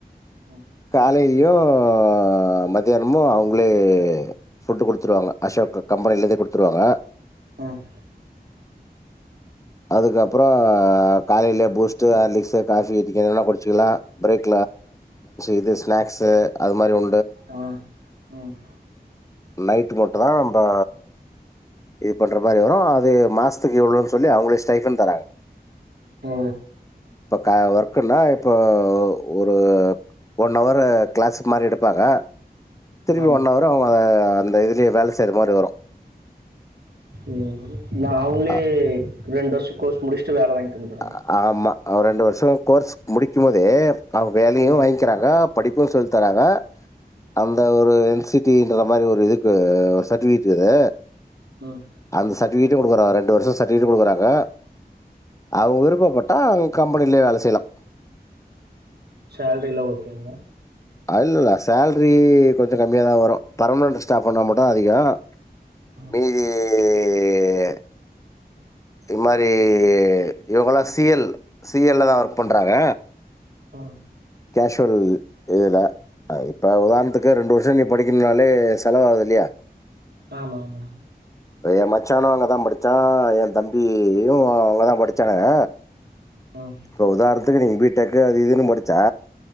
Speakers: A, on the right; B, on the left.
A: ம்
B: காலையிலயும் மத்தியானமும் அவங்களே புட்டு் குடுத்துருவாங்க அசோக் கம்பெனிலந்தே குடுத்துருவாங்க
A: ம்
B: அதுக்கப்புறம் காலையில பூஸ்ட் ஹார்லிக்ஸ் காபி குடிச்சிக்கலாம் பிரேக் இது ஸ்நாக்ஸ் அது மாதிரி ஒ
A: ஆஹ் உம்
B: நைட்டு் மட்டும் தான் நம்ம இது பண்ற மாதிரி வரும் அது மாசத்துக்கு எவ்வளவுன்னு சொல்லி அவங்கள ஸ்டைபன் தராங்க
A: ஓ
B: இப்ப க ஒர்க்குன்னா இப்போ ஒரு ஒன் ஹவரு கிளாஸுக்கு மாதிரி எடுப் பாங்களா திருப்பி
A: ஆ
B: ஒன் ஹவரு அவுங்க அஹ் அந்த இதுலயே வேலை செய்ற மாரி வரும்
A: உம் நான் அவுங்களே
B: அ
A: ரெண்டு வருஷம் கோர்ஸ் முடிச்சுட்டு வேலை வாங்கி தந்துறாங்க
B: அஹ் ஆமா அவர் ரெண்டு வருஷம் கோர்ஸ் முடிக்கும் போதே அவுங்க வேலையும்
A: ம்
B: வாங்கிக்கிறாங்க படிப்பும் சொல்லித்தராங்க அந்த ஒரு என்சி தீன்டுற மாதிரி ஒரு இதுக்கு ஒரு சர்டிபிகேட்டு அது
A: ம்
B: அந்த சர்ட்டிவி தி குடுக்குறான் ரெண்டு வருஷம் சர்டிபிகேட் கொடுக்குறாங்க அவுங்க விருப்பப்பட் அஹ் கம்பெனிலயே வேலை செய்யலாம்
A: சேலரி எல்லாம் ஓகேங்களா
B: இல்லை இல்லை சேல்ரி கொஞ்சம் கம்மியாதான் வரும் பர்மனன்ட் ஸ்டாப் ஆனா மட்டும் அதிகம்
A: ம்
B: நீயியியியியி இது மாதிரி இவங்கல்லாம் சி எல் சி எல் லதான் ஒர்க் பண்றாங்க
A: அஹ்
B: கேஷுவல் இதுல இப்போ உதாரணத்துக்கு
A: ம்
B: ரெண்டு வருஷம் நீ படிக் கினாலே செலவு ஆகுது இல்லையா
A: ஆமா ஆமா
B: இப்ப என் மச்சானும் அங்கதான் படிச்சான் என் தம்பியும் அங்கதான் படிச்சானுக
A: ம்
B: இப்ப உதாரணத்துக்கு நீங்க பீ டெக்கு அது இதுன்னு படிச்சா